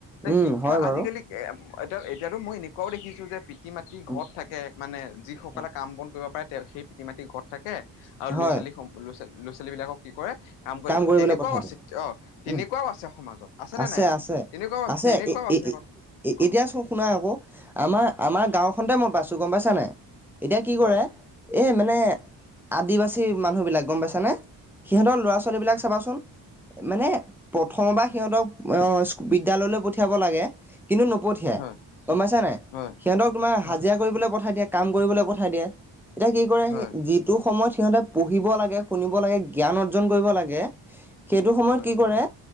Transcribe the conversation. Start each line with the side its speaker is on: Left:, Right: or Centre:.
Left: এ
Centre: উম
Left: শিক্ষা
Centre: হয় বাৰু
Left: আজিকালি এতিয়া এতিয়াতো মই এনেকুৱাও দেখিছোঁ যে পিত পিতৃ মাতৃ
Centre: উম
Left: ঘৰত থাকে মানে যিসকলে
Centre: হয়
Left: কাম বন কৰিব পাৰে তেওঁ সেই পিতৃ মাতৃ ঘৰ থাকে আৰু
Centre: হয়
Left: ল' ছোৱালী ল' ছ ল'ৰা ছোৱালীবিলাকক কি কৰে কাম কৰিব প
Centre: কৰিবলৈ
Left: তেনেকুৱাও
Centre: পঠাই
Left: আছে
Centre: দিয়ক
Left: অ' তেনেকুৱাও
Centre: উম
Left: আছে সমাজত। আছেনে
Centre: আছে
Left: নাই বাৰু?
Centre: আছে
Left: তেনেকুৱাও
Centre: আছে
Left: তেনেকুৱাও
Centre: এ এ
Left: আছে
Centre: এ
Left: কথা
Centre: এ,
Left: অ
Centre: এতিয়া চ' শুনা আকৌ আমাৰ আমাৰ গাঁওখনতে মই বাছোঁ গ'ম পাইছা নাই? এতিয়া কি কৰে
Left: হয়
Centre: এই মানে আদিবাসী মানুহবিলাক গ'ম পাইছানে? সিহঁতৰ ল'ৰা ছোৱালীবিলাক চাবচোন। মানে প্ৰথমবা সিহঁতক বিদ্যালয়লৈ পঠিয়াব লাগে। কিন্তু নপঠিয়াই
Left: হয়
Centre: গম পাইছা নাই?
Left: হয়
Centre: সিহঁতক তোমাৰ
Left: হয়
Centre: হাজিৰা কৰিবলৈ পঠাই দিয়া কাম কৰিবলৈ পঠাই দিয়ে। এতিয়া কি কৰে
Left: হয়
Centre: যিটো সময়ত সিহঁতে পঢ়িব লাগে, শুনিব লাগে জ্ঞান অৰ্জন কৰিব লাগে সেইটো সময়ত
Left: হয়
Centre: কি কৰে